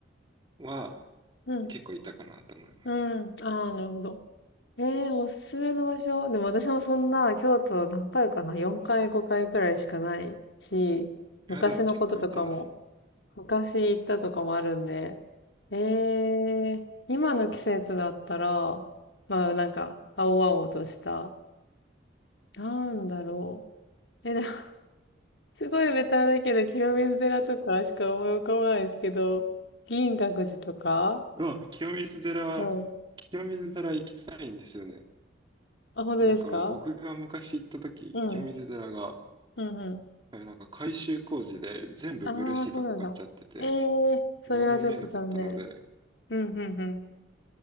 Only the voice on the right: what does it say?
は
結構行ったかなと思います。
いや、でも結構行ってますね。
まあ、清水寺は、
清水寺行きたいんですよね。
なんか僕が昔行った時、
清水寺が、
えなんか改修工事で全部ブルーシートかかっちゃってて、
何も見えなかったので、